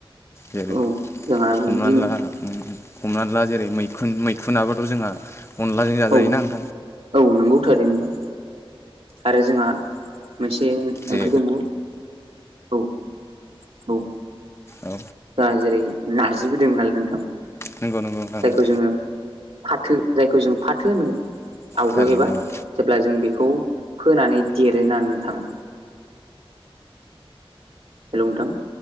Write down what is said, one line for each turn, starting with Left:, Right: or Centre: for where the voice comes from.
Left: जेरै
Right: औ
Left: हमनानै
Right: जोंहा बिब्दिनो
Left: ला हमनानै ला जेरै मैखुन, मैखुनाबोथ' जोंहा अनलाजों जाजायोना
Right: औ
Left: नोंथां।
Right: औ नोंगौ थारैनो नोंथां। आरो जोंहा मोनसे
Left: जे
Right: ओंख्रि दंबो औ औ।
Left: औ
Right: दा जेरै नार्जिबो दोङो नालाय नोंथां
Left: नोंगौ नोंगौ नोंथां
Right: जायखौ
Left: नोंगौ।
Right: जोङो फाथो जायखौ जों फाथो होनो आवगो
Left: थारैनो
Right: एबा
Left: नंगौ
Right: जेब्ला जों बेखौ फोनानै देरोना नोंथां हेलौ नोंथां।